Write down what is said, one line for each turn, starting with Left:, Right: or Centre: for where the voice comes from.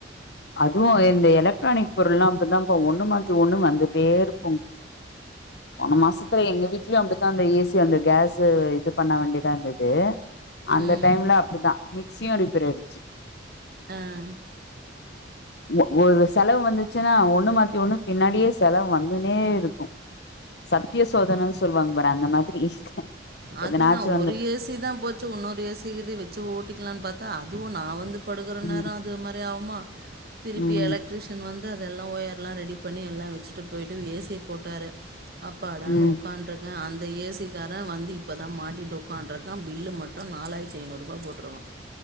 Left: அதுவும் இந்த எலக்ட்ரானிக் பொருள்லாம் அப்படிதான் பா ஒண்ணு மாத் த்தி ஒண்ணு வந்துட்டே இருக்கும் போன மாசத்துல எங்க வீட்லயும் அப்படிதான் ஏசி அந்த கேஸ் இது பண்ண வேண்டியதான் இருந்தது அந்த
Right: ம்
Left: டைம்ல அப்படிதான் மிக்சியும் ரிப்பேர் ஆயிடுச்சு
Right: ஆஹ்
Left: ஓ ஒரு செலவு வந்துச்சுன்னா ஒண்ணு மாத்தி ஒண்ணு பின்னாடியே செலவு வந்துனே இருக்கும் சத்திய சோதனைன்னு சொல்லுவாங்க பாரு அந்த மாதிரி எதனாச்சும்
Right: அதுதான்
Left: வந்து
Right: ஒரு ஏசி தான் போச்சு இன்னொரு ஏசிக்கு வச்சு ஓட்டிக்கலனு பார்த்தா அதுவும் நான் வந்து படுகிற
Left: உம்
Right: நேரம் அது மாரி ஆகுமா திருப்பி
Left: உம்
Right: எலக்ட்ரீஷியன் வந்து வந்து அதெல்லாம் ஓர்யெலாம் ரெடி பண்ணி எல்லாம் வச்சுட்டு போயிட்டு ஏசிய போட்டாரு அப்பாடான்னு
Left: உம்
Right: உட்காருக்கேன் அந்த ஏசிக்காரன் வந்து இப்போ தான் மாட்டிட்டு உட்கான்றக்கா பில்லு மட்டும் நாலாயிரத்து ஐநூறு ரூபாய் போட்டுகாம்